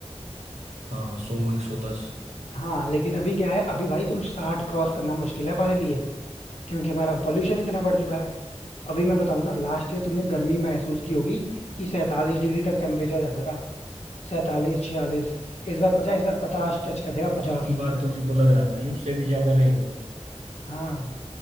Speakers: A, on the right (about 85°); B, on the left (about 70°).
A: हाँ सौ एक सौ दस
B: हाँ लेकिन अभी क्या है अभी भाई तुम साठ क्रॉस करना मुश्किल है हमारे लिए क्योंकि हमारा पॉल्यूशन इतना बढ़ चुका है अभी मैं बताऊं ना लास्ट ईयर तुमने गर्मी महसूस की होगी कि सैंतालीस डिग्री तक टेम्परेचर जाता था सैंतालीस छियालीस इस बार पचास इस बार पचास टच कर देगा पचास
A: अब की बार तो मेरे को लग रहा है भाई उससे भी ज्यादा रहेगा
B: हाँ